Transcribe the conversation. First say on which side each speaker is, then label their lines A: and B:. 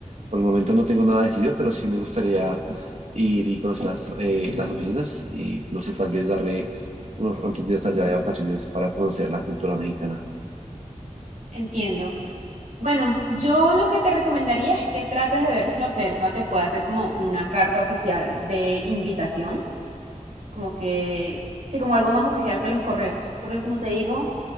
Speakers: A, on the right; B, on the right.
A: Por el momento no tengo nada decidido, pero sí me gustaría ir y conocer las, eh, las oficinas y no sé, tal vez darme unos cuantos días allá de vacaciones para conocer la cultura mexicana.
B: entiendo. Bueno, yo lo que te recomendaría es que trates de ver si la oferta te puede hacer como una carta oficial de invitación, como que, sí, como algo más oficial que los correos. Porque como te digo,